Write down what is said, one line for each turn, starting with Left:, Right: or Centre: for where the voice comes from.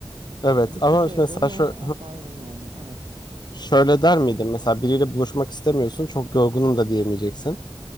Left: Evet
Right: Bir sürü
Left: ama
Right: şey yapıyorum
Left: mesela
Right: ve
Left: şöyle,
Right: asla yorulmuyorum. Evet.
Left: şöyle der miydin? Mesela biriyle buluşmak istemiyorsun, çok yorgunum da diyemeyeceksin.